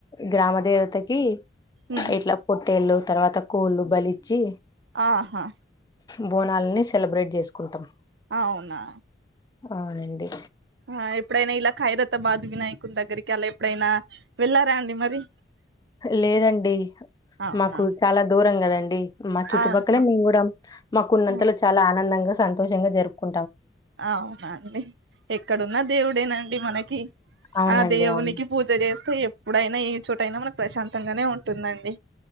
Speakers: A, on the left (about 20°); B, on the right (about 65°).
A: గ్రామ దేవతకి
B: ఉమ్,
A: ఎట్లా కొ ట్టేళ్ళు తర్వాత కూళ్ళు బలిచ్చి
B: ఆహా
A: బోనాలని సెలబ్రేట్ చేసుకుంటాం
B: అవునా
A: అవునండి
B: ఆ ఇప్పుడైనా ఇలా ఖైరతబాద్ వినాయకుడి దగ్గరికి అలా ఎప్పుడైనా వెళ్లారా అండి మరి
A: లేదండి
B: అవునా
A: మాకు చాలా దూరం కదండి మా చుట్టుపక్కల
B: ఆహా
A: మేము కూడా మాకు ఉన్నంతలో
B: ఆ.
A: చాలా ఆనందంగా సంతోషంగా జరుపుకు
B: అవునా అండి ఎక్కడున్న దేవుడేనండి మనకి
A: అవునండి
B: ఆ దేవునికి
A: అవును
B: పూజ చేస్తే ఎప్పు ప్పుడైనా ఏ చోట అయినా మనకు ప్రశాంతంగానే ఉంటుందండి